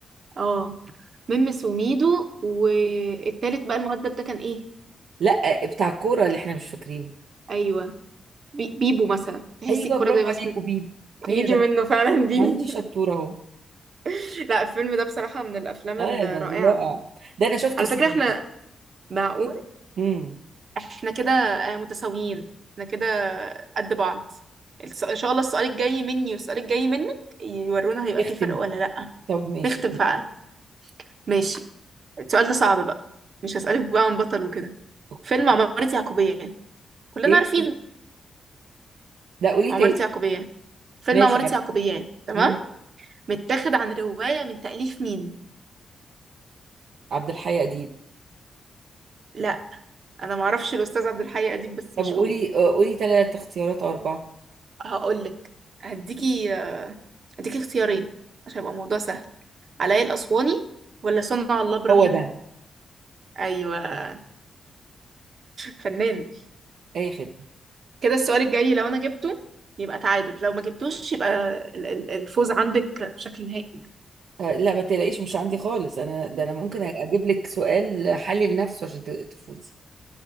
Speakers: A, on the right; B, on the right.
A: اه ممس وميدو والتالت بقى المؤدب ده كان ايه
B: لا بتاع الكورة اللي احنا مش فاكرينه
A: أيوه بي... بيبو مثلا تحسي
B: أيوه
A: الكرة
B: برافو
A: ده بس
B: عليك وبيب هي
A: يجي
B: ده
A: منه فعلا بيبو
B: ما انتي شطورة أهو
A: <laughs> لا الفيلم ده بصراحة من الأفلام
B: اه
A: الرائعة
B: ده رائع ده أنا شفته
A: على
B: سينما
A: فكرة احنا معقول
B: امم
A: احنا كده آه، متساويين احنا كده قد بعض الس- ان شاء الله السؤال الجاي مني والسؤال الجاي منك يورونا هيبقى
B: اختم
A: فيه فرق ولا
B: بقى
A: لأ
B: طب ماشي
A: نختم فعلا ماشي السؤال ده صعب بقى مش هسألك بقى عن بطل وكده
B: اوكي
A: فيلم عمارة يعقوبيان كلنا
B: ايه
A: عارفينه
B: لا قولي
A: عمارة
B: تاني
A: يعقوبيان فيلم
B: ماشي
A: عمارة
B: عارفة
A: يعقوبيان تمام
B: امم
A: متاخد عن رواية من تأليف مين
B: عبد الحي أديب
A: لا انا معرفش الاستاذ عبد الحي اديب بس
B: طب
A: مش
B: قولي
A: هو
B: آه، قولي تلات اختيارات أو أربعة
A: هقول لك هديكي هديكي اختيارين عشان يبقى الموضوع سهل علاء الأسواني ولا صنع الله إبراهيم
B: هو ده
A: ايوه فنان
B: أي خدمة
A: كده السؤال الجاي لو انا جبته يبقى تعادل لو ما جبتوش يبقى ال- ال- الفوز عندك بشكل نهائي
B: آه، لا ما تلاقيش مش عندي خالص أنا ده أنا ممكن أجيب لك سؤال حلل نفسه عشان ت- تفوزي